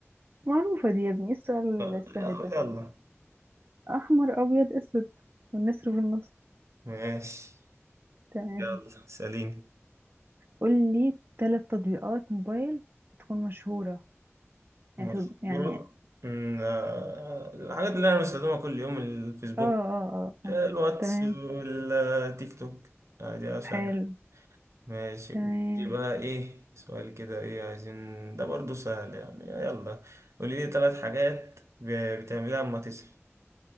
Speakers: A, on the right; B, on the right.
A: معروفة دي يا ابني ايه السؤال
B: آه،
A: السهل ده
B: يلا
A: احمر ابيض اسود والنسر في النص
B: ماشي
A: تمام
B: يلا سليم
A: قول لي ثلاث تطبيقات موبايل تكون مشهورة
B: مشهورة
A: يعني تط- يعني
B: أمم، آه، الحاجات اللي أنا بستخدمها كل يوم الفيسبوك
A: اه اه اه اه
B: آه، الواتس
A: تمام
B: والتيك توك عادي يا سهل
A: حلو
B: ماشي
A: تمام
B: دي بقى إيه سؤال كده إيه عايزين ده برضو سهل يعني يلا قولي لي ثلاث حاجات ب- بتعمليها أما تصحي